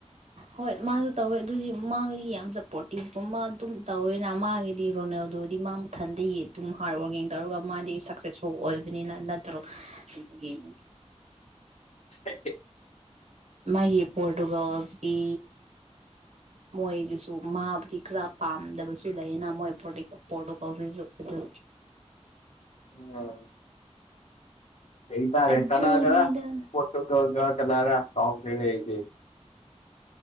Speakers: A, on the right; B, on the left.
A: ꯍꯣꯏ ꯃꯥꯁꯨ ꯇꯧꯋꯦ ꯑꯗꯨꯗꯤ ꯃꯥꯒꯤꯗꯤ ꯌꯥꯝ ꯆꯄ꯭ꯔꯣꯔꯇꯤꯞꯀꯨꯝ ꯃꯥ ꯑꯗꯨꯝ ꯇꯧꯋꯦꯅ ꯃꯥꯒꯤꯗꯤ ꯔꯣꯅꯦꯜꯗꯣ ꯃꯥ ꯃꯊꯟꯇ ꯑꯗꯨꯝ ꯍꯥꯔꯗ ꯋꯥꯔꯀꯤꯡ ꯇꯧꯔꯒ ꯃꯥꯗꯤ ꯁꯛꯁꯦꯁꯁꯨ ꯑꯣꯏꯕꯅꯤꯅ ꯅꯠꯇ꯭ꯔꯣ <unintelligible> <unintelligible>
B: <unintelligible>
A: ꯃꯥꯒꯤ ꯄꯣꯔꯇꯨꯒꯜꯁꯀꯤ ꯃꯣꯏꯒꯤꯁꯨ ꯃꯥꯕꯨꯗꯤ ꯈꯔ ꯄꯥꯝꯗꯕꯁꯨ ꯂꯩꯌꯦꯅ ꯃꯣꯏ ꯄꯣꯔꯇꯦꯛ ꯄꯣꯔꯇꯨꯀꯜꯁꯤꯁꯨ ꯑꯗꯨ
B: ꯑꯣ ꯀꯩꯇꯥꯔꯦ
A: ꯑꯗꯨꯅꯤꯗ
B: ꯀꯅꯥꯒꯔ ꯄꯣꯔꯇꯨꯒꯜꯒꯥ ꯀꯅꯥꯔꯥ ꯀꯥꯎꯈ꯭ꯔꯦꯅꯦ ꯑꯩꯗꯤ